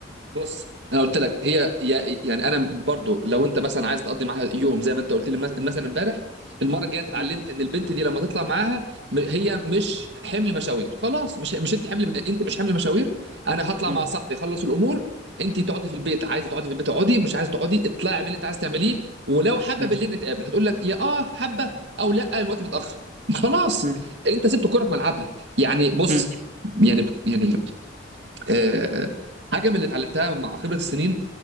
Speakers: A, on the right; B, on the right.
A: بص انا قلت لك هي يا- يعني انا برضو لو انت مثلا عايز تقضي معاها يوم زي ما انت قلت لي مس- مثلا امبارح المره الجايه أنت اتعلمت
B: مم.
A: ان البنت دي لما تطلع معاها م- هي مش حمل مشاوير خلاص مش مش انت حمل
B: مم.
A: انت مش حمل مشاوير انا هطلع
B: مم.
A: مع صاحبي اخلص الامور انت تقعدي في البيت عايزه تقعدي في البيت اقعدي مش عايزه تقعدي اطلعي اعملي اللي انت عايزه تعمليه ولو حابه
B: مم.
A: بالليل نتقابل هتقول لك يا اه حابه او لا الوقت متاخر <laughs> خلاص
B: مم.
A: انت سبت الكره في ملعبها يعني بص
B: مم.
A: يعني يعني آه، حاجه من اللي اتعلمتها مع خبره السنين